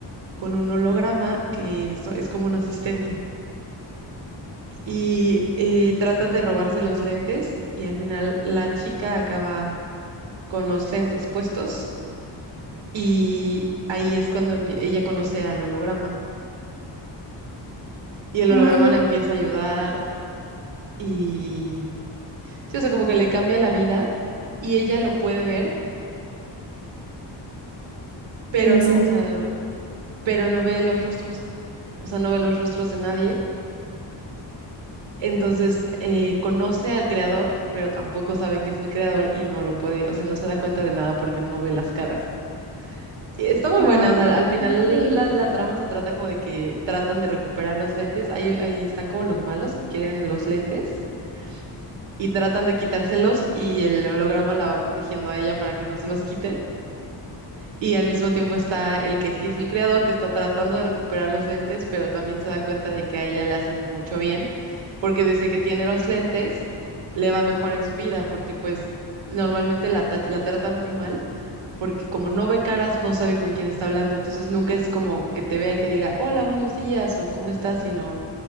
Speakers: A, on the right; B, on the right.
A: con un holograma que so- es como un asistente. y eh, tratan de robarse los lentes y al final la chica acaba con los lentes puestos y ahí es cuando empie- ella conoce al holograma y el holograma
B: Ah, ya.
A: la empieza a ayudar y sí, o sea, como que le cambia la vida y ella lo puede ver, pero
B: Sí,
A: no,
B: sí.
A: o sea, pero no ve los rostros, o sea, no ve los rostros de nadie. Entonces eh, conoce al creador, pero tampoco sabe que es el creador y no lo puede, o sea, no se da cuenta de nada porque no ve las caras. Está muy buena,
B: Ah,
A: o sea, al final
B: sí.
A: la, la trama se trata como de que tratan de recuperar los lentes, ahí, ahí están como los malos que quieren los lentes y tratan de quitárselos y el holograma la va protegiendo a ella para que no se los quiten y al mismo tiempo está el que sí es el creador que está tratando de recuperar los lentes, pero también se da cuenta de que a ella le hace mucho bien porque desde que tiene los lentes le va mejor en su vida porque pues normalmente la, ta- la tratan muy mal porque como no ve caras, no sabe con quién está hablando, entonces nunca es como que te vea y te diga, hola, buenos días o cómo estás, sino